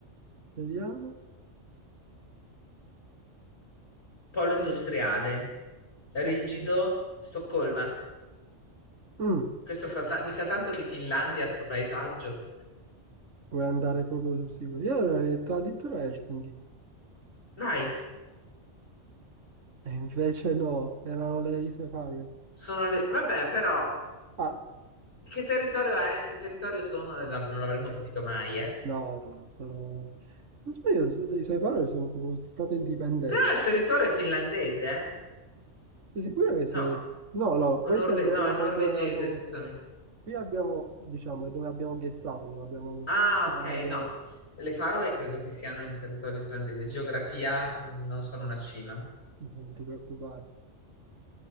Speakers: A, on the right; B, on the left.
A: vediamo.
B: polo industriale, rigido,
A: Ok.
B: Stoccolma.
A: Mm,
B: Questo sta ta- mi sa tanto di Finlandia, sto paesaggio.
A: vuoi andare proprio sul sicuro? Io ero detto addirittura Helsinki.
B: Vai.
A: E invece no, erano le Isole Faroe.
B: Sono le... Vabbè, però,
A: Ah,
B: che territorio è? Che territorio sono? Eh, la- Non l'avremmo capito mai, eh.
A: no, no, sono... Non sbaglio, le Isole Faroe sono come stati indipendenti.
B: Però il territorio è finlandese, eh?
A: Sei sicuro che sia...
B: No.
A: detto? No, no, questa
B: O norve-
A: è dove,
B: no,
A: la,
B: è norvegese,
A: po- dove abbiamo...
B: scusami.
A: Qui abbiamo, diciamo, è dove abbiamo guessato, dove abbiamo
B: Ah,
A: trovato...
B: ok, no. Le Faroe credo che siano in territorio islandese. Geografia, mh, non sono una cima.
A: No, non ti preoccupare.